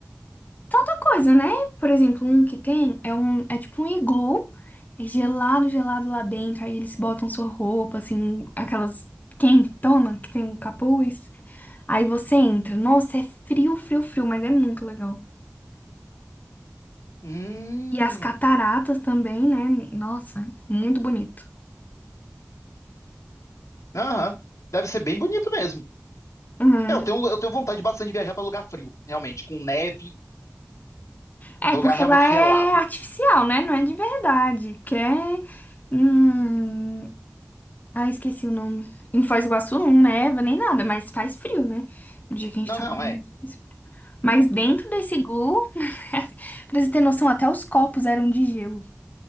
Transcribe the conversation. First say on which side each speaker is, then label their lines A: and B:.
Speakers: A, on the left; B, on the left.
A: Tanta coisa, né? Por exemplo, um que tem é um. É tipo um iglu. É gelado, gelado lá dentro. Aí eles botam sua roupa, assim, aquelas quentona que tem o capuz. Aí você entra. Nossa, é frio, frio, frio, mas é muito legal.
B: Hum,
A: E as cataratas também, né? Nossa, é muito bonito.
B: aham. Deve ser bem bonito mesmo.
A: Hum.
B: Eu tenho, eu tenho vontade bastante de viajar pra lugar frio, realmente, com neve,
A: É,
B: lugar
A: porque
B: realmente
A: lá é
B: gelado.
A: artificial, né? Não é de verdade. Que é. Hum... Ah, esqueci o nome. Em Foz do Iguaçu não neva nem nada, mas faz frio, né? No dia que a gente
B: Não,
A: tava
B: não,
A: lá. muito
B: é.
A: frio. Mas dentro desse iglu, <laughs> pra você ter noção, até os copos eram de gelo.